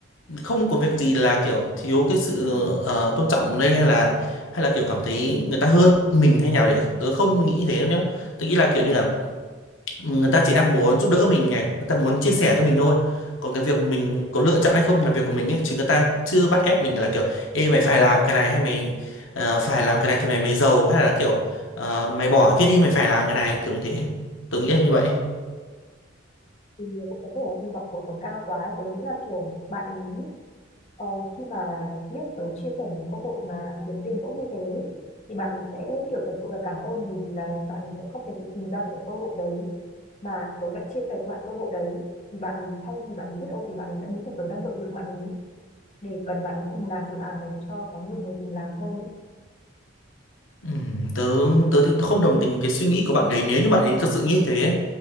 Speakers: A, on the left; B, on the left.
A: không có việc gì là kiểu thiếu cái sự ờ, tôn trọng đây hay là hay là kiểu cảm thấy người ta hơn mình hay nào đấy tớ không nghĩ thế đâu nhá tớ nghĩ là kiểu như là người ta chỉ đang muốn giúp đỡ mình này người ta muốn chia sẻ cho mình thôi còn cái việc mình có lựa chọn hay không là việc của mình ấy chứ người ta chưa bắt ép mình là kiểu ê mày phải làm cái này hay mày ờ, phải làm cái này thì mày mới giàu hay là kiểu ờ, mày bỏ cái kia đi mày phải làm cái này kiểu như thế tớ nghĩ là như vậy
B: thì cũng có thể là kỳ vọng của tớ cao quá ấy. tớ nghĩ là kiểu bạn ý ờ, khi mà biết tớ chia sẻ một cái cơ hội mà kiếm tiền tốt như thế thì bạn ấy sẽ kiểu thật sự là cảm ơn bởi vì là bạn ấy sẽ không thể tự tìm ra được cái cơ hội đấy mà tớ lại chia sẻ cho bạn cơ hội đấy thì bạn ấy thay vì bạn ấy biết ơn thì bạn ấy đã nghĩ là tớ đang lợi dụng bạn ấy để cần bạn ấy cùng làm dự án đấy cho có nhiều người cùng làm hơn ấy.
A: Ừm, tớ tớ thì tớ không đồng tình cái suy nghĩ của bạn đấy nếu như bạn ấy thực sự nghĩ thế ấy.